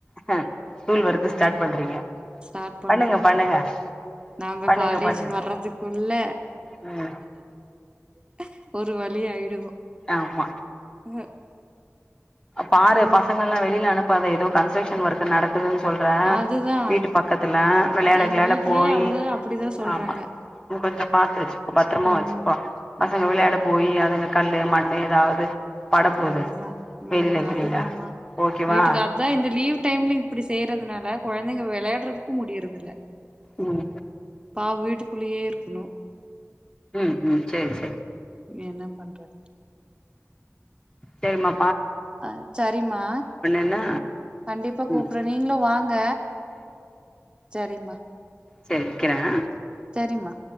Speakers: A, on the left (about 15°); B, on the right (about 20°).
A: ஹ ஸ்கூல் ஒர்க
B: ம்
A: ஸ்டார்ட் பண்றீங்க
B: ஸ்டார்ட் பண்றோ
A: பண்ணுங்க பண்ணுங்க
B: நாங்க
A: பண்ணுங்க
B: காலேஜ்
A: பண்ணுங்க
B: வர்றதுக்குள்ள
A: உம்
B: <inaudible> ஒரு வழியாயிடுவோம்
A: ஆமா
B: அஹ
A: பாரு பசங்க எல்லாம் வெளியில அனுப்பாத ஏதோ கன்ஸ்ட்ரக்ஷன் ஒர்க் நடக்கு இருக்குதுன்னு சொல்ற
B: அதுதா
A: வீட்டு பக்கத்துல விளையாட
B: எங்க
A: கிளையாட
B: வீட்லயே
A: போய்
B: அவரு அப்படிதா சொல்றாங்க
A: ஆமா கொஞ்சம் பாத்து பத்திரமா
B: ம்
A: வச்சுக்கோ பசங்க
B: ம்
A: விளையாட போய் அதுங்க கல்லு மண்ணு ஏதாவது பட போது
B: அதுதா ம்
A: வெயில்ல கில்ல
B: அது தமா
A: ஓகேவா
B: வீட்டுக்கு அதான் இந்த லீவ் டைம்லயும் இப்படி செய்யறதுனால கெழந்தைங்க விளையாடுறதுக்கு முடியறதுல்ல
A: உம்
B: பாவம் வீட்டுக்குள்ளேயே இருக்குணும்
A: உம் உம் செரி செரி
B: என்ன பண்றது
A: செரிமா
B: அஹ் சரிம்மா
A: என்ன
B: கண்டிப்பா கூப்பிறேன்
A: ம்
B: நீங்களும் வாங்க சரிம்மா
A: செரி வைக்கிறேன்
B: செரிம்மா